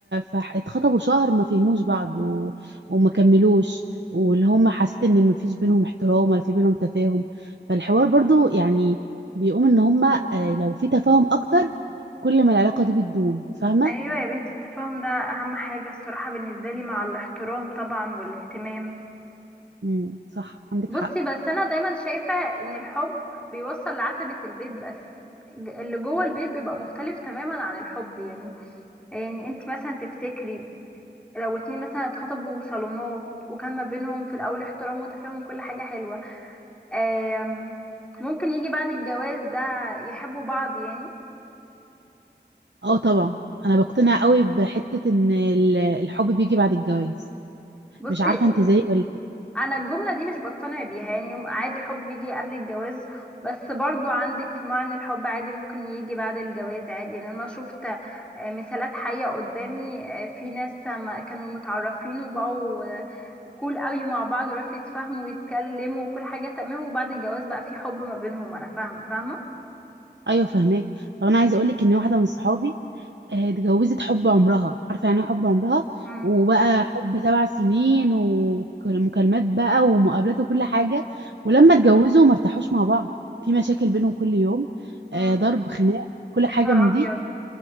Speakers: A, on the right (about 85°); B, in the centre.
A: فاتخطبوا شهر ما فهموش بعض و... وما كملوش واللي هم حسيت ان ما فيش بينهم احترام ولا في بينهم تفاهم فالحوار برضو يعني بيقوم ان هم آه، لو في تفاهم اكتر كل ما العلاقة دي بتدوم فاهمة
B: ايوه يا بنتي التفاهم ده اهم حاجه الصراحه بالنسبه لي مع الاحترام طبعا والاهتمام
A: امم صح عندك
B: بصي
A: حق
B: بس انا دايما شايفه ان الحب بيوصل لعتبه البيت بس ج- اللي جوه البيت بيبقى مختلف تماما عن الحب يعني يعني انت مثلا تفتكري لو اتنين مثلا اتخطبوا صالونات وكان ما بينهم في الاول احترام وتفاهم وكل حاجه حلوه آم، ممكن يجي بعد الجواز ده يحبوا بعض يعني
A: اه طبعا انا بقتنع قوي بحته ان ال- الحب بيجي بعد الجواز
B: بصي
A: مش عارفه انت زيي ولا لأ.
B: انا الجمله دي مش بقتنع بيها يعني عادي الحب بيجي قبل الجواز بس برضو عندي اقتناع ان الحب عادي ممكن يجي بعد الجواز عادي يعني انا شفت آه، مثالات حية قدامي آه، في ناس ما كانوا متعرفين وبقوا آه، كول قوي مع بعض وعرفوا يتفاهموا ويتكلموا وكل حاجة تمام وبعد الجواز بقى في حب ما بينهم انا فاهمة فاهمة
A: ايوه فهماك طب انا عايزه اقول لك ان واحده من صحابي آه، اتجوزت حب عمرها عارفه يعني ايه حب عمرها
B: امم
A: وبقى حب سبع سنين ومكالمات بقى ومقابلات وكل حاجه ولما اتجوزوا ما ارتاحوش مع بعض في مشاكل بينهم كل يوم آه،
B: امم
A: ضرب خناق كل
B: يا
A: حاجه
B: نهار
A: من
B: ابيض
A: دي